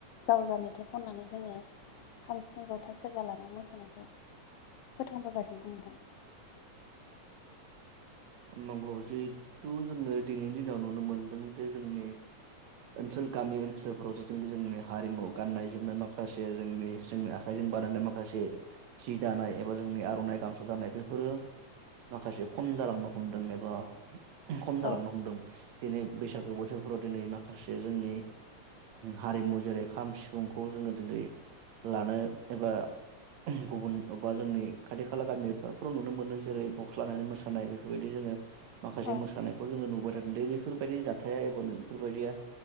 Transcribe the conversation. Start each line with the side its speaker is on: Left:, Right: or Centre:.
Left: जावजा मेथाइ खननानै जोङो खाम सिफुं जथा सेरजा लाना मोसानायखौ फोथांबोगासिनो दं नोंथां <inaudible>
Right: नंगौ जिहेथु जोङो दिनैनि दिनाव नुनो मोनदों जे जोंनि ओनसोल गामि ओनसोलफोराव जिथुनाखि जोंनि हारिमु गाननाय जोमनाय माखासे जोंनि जोंनि आखाइजों बानायनाय माखासे सि दानाय एबा जोंनि आर'नाइ गामसा दानाय बेफोरो माखासे खम जालांनो हमदों एबा खम जालांनो
Left: औ
Right: हमदों दिनै बैसागो बोथोरफ्राव दिनै माखासे जोंनि हारिमु जेरै खाम सिफुंखौ जोङो दिनै लानो एबा गुबुन अबा जोंनि खाथि खाला गामिाफोराव नुनो मोनो जेरै बक्स लानाय मोसानाय बेफोर बेफोरबायदि जोङो माखासे
Left: औ
Right: मोसानायखौ जोङो नुबो द बेफोरबायदि जाथाया एब नों बेफोरबायदिया